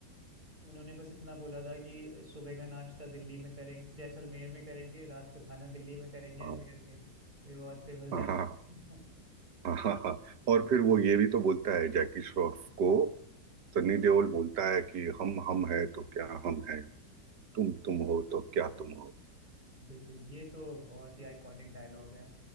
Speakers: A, on the right; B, on the right.
A: उन्होंने बस इतना बोला था कि सुबह का नाश्ता दिल्ली में करेंगे जैसलमेर में करेंगे रात का खाना दिल्ली में करेंगे
B: हाँ
A: ऐसे करके ये बहुत फेमस डायलॉग
B: हाँ हाँ हाँ हाँ। हाँ, हाँ, हाँ। और फिर वो ये भी तो बोलता है जैकी श्रॉफ को सनी देओल बोलता है कि हम हम है तो क्या हम है तुम तुम हो तो क्या तुम हो
A: बिल्कुल ये तो बहुत ही आइकॉनिक डायलॉग है